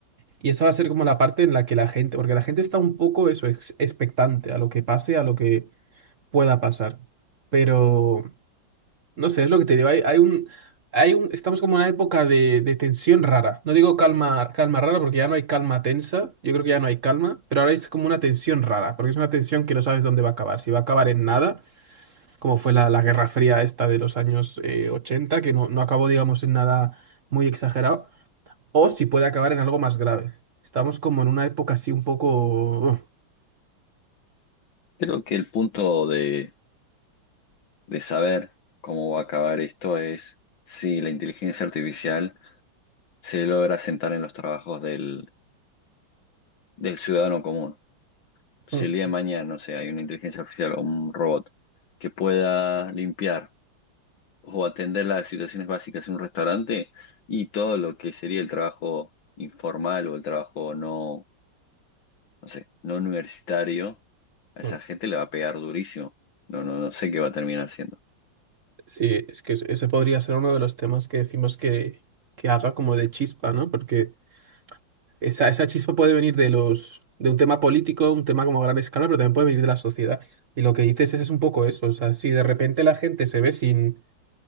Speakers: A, on the right (about 45°); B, on the left (about 70°).
A: Y esa va a ser como la parte en la que la gente, porque la gente está un poco eso, ex- expectante a lo que pase, a lo que pueda pasar. Pero, no sé, es lo que te digo, hay, hay un, hay un, estamos como en una época de, de tensión rara. No digo calma, calma rara porque ya no hay calma tensa, yo creo que ya no hay calma, pero ahora es como una tensión rara, porque es una tensión que no sabes dónde va a acabar, si va a acabar en nada, como fue la, la Guerra Fría esta de los años eh, 80, que no, no acabó, digamos, en nada muy exagerado o si puede acabar en algo más grave. Estamos como en una época así un poco...
B: Creo que el punto de, de saber cómo va a acabar esto es si la inteligencia artificial se logra sentar en los trabajos del, del ciudadano común. Si
A: Mm, mm,
B: el día de mañana, no sé, hay una inteligencia artificial o un robot que pueda limpiar o atender las situaciones básicas en un restaurante y todo lo que sería el trabajo informal o el trabajo no, no sé, no universitario, a
A: mm.
B: esa gente le va a pegar durísimo. No, no, no sé qué va a terminar haciendo.
A: Sí, es que ese podría ser uno de los temas que decimos que, que haga como de chispa, ¿no? Porque esa, esa chispa puede venir de los, de un tema político, un tema como a gran escala, pero también puede venir de la sociedad. Y lo que dices es, es un poco eso. O sea, si de repente la gente se ve sin,